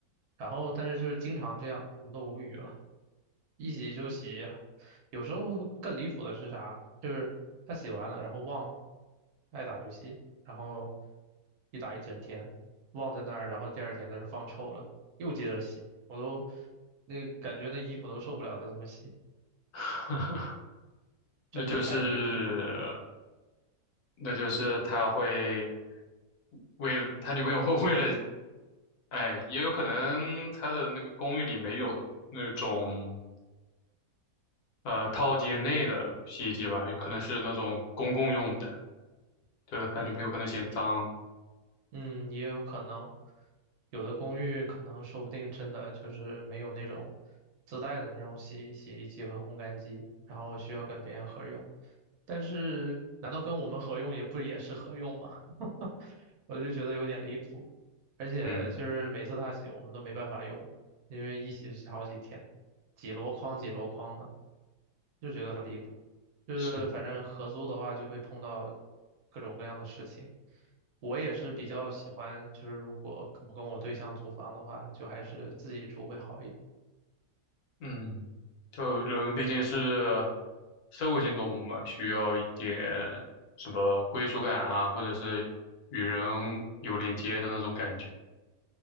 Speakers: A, on the right (about 75°); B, on the left (about 75°).
A: 然后但是就是经常这样，我们都无语了。一洗就洗，有时候更离谱的是啥？就是他洗完了，然后忘了，爱打游戏，然后一打一整天，忘在那儿，然后第二天他是放臭了，又接着洗，我都那感觉那衣服都受不了他这么洗，
B: <laughs>
A: 真的太离谱。
B: 那就是那就是他会为了他女朋友会为了，哎，也有可能他的那个公寓里没有那种呃套间内的洗衣机吧，也可能是那种公共用的，就是他女朋友可能嫌脏，
A: 嗯嗯，也有可能，有的公寓可能说不定真的就是没有那种自带的那种洗洗衣机和烘干机，然后需要跟别人合用。但是难道跟我们合用也不也是合用吗？<laughs> 我就觉得有点离谱，而且就是每次他洗我们都没办法用，
B: 嗯，
A: 因为一洗是好几天，几箩筐几箩筐的，就觉得很离谱。就是反正合租的话就会碰到
B: 是。
A: 各种各样的事情。我也是比较喜欢，就是如果我跟我对象租房的话，就还是自己住会好一点。
B: 嗯，就人毕竟是社会性动物嘛，需要一点什么归属感啊，或者是与人有连接的那种感觉。